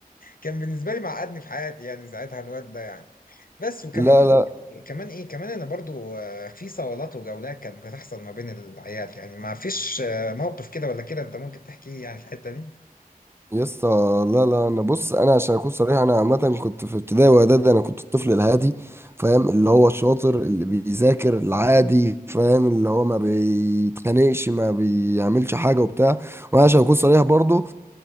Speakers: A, on the left (about 70°); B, on the right (about 15°).
A: كان بالنسبه لي معقدني في حياتي يعني ساعتها الواد ده يعني بس وكمان
B: لا لا
A: كمان ايه كمان انا برضو آه، في صولات وجولات كانت بتحصل ما بين العيال يعني ما فيش آه، موقف كده ولا كده انت ممكن تحكيه يعني في الحته دي
B: يا اسطى لا لا انا بص انا عشان اكون صريح انا عامه كنت في ابتدائي واعدادي انا كنت الطفل الهادي فاهم اللي هو الشاطر اللي بيذاكر العادي فاهم اللي هو ما بيتخانقش ما بيعملش حاجه وبتاع وانا عشان اكون صريح برضو